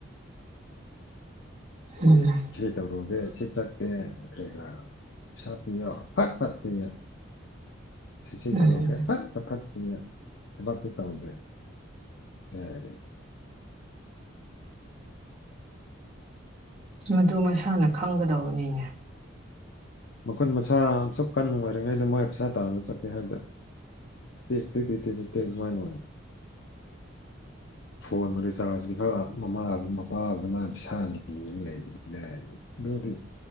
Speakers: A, on the right (about 35°); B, on the left (about 60°).
A: <unintelligible>
B: ꯁꯤ ꯇꯧꯔꯨꯒꯦ ꯁꯤ ꯆꯠꯀꯦ ꯀ꯭ꯔꯤ ꯀ꯭ꯔꯥ ꯄꯩꯁꯥ ꯄꯤꯌꯣ ꯐꯠ ꯐꯠ ꯄꯤꯌꯦ ꯁꯤꯁꯤ
A: ꯎꯝ
B: ꯇꯧꯔꯨꯒꯦ ꯐꯠ ꯐꯥꯐꯠ ꯄꯤꯌꯦ ꯊꯕꯛꯇꯤ ꯇꯧꯗꯦ ꯀꯥꯏꯗꯒꯤ
A: ꯃꯗꯨ ꯃꯁꯥꯅ ꯈꯪꯒꯗꯧꯕꯅꯤꯅꯦ
B: ꯃꯈꯨꯠ ꯃꯁꯥ ꯑꯁꯨꯛ ꯀꯟ ꯑꯣꯏꯔꯤꯉꯩꯗ ꯃꯣꯏ ꯄꯩꯁꯥ ꯇꯥꯟꯕ ꯆꯠꯀꯦ ꯍꯥꯏꯗꯦ <unintelligible> ꯐꯣꯟ ꯔꯤꯆꯥꯔꯖꯀꯤ ꯈꯔ ꯃꯃꯥ ꯃꯄꯥꯒꯗ ꯃꯥꯅ ꯄꯩꯁꯥ ꯅꯤꯔꯒ <unintelligible> ꯗꯨꯗꯤ